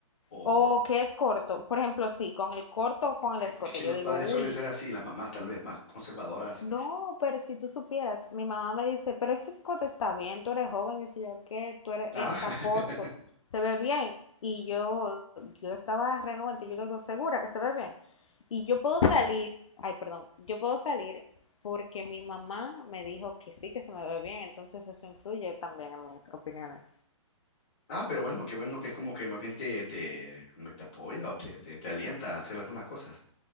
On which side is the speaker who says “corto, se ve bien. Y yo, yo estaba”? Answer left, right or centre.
Left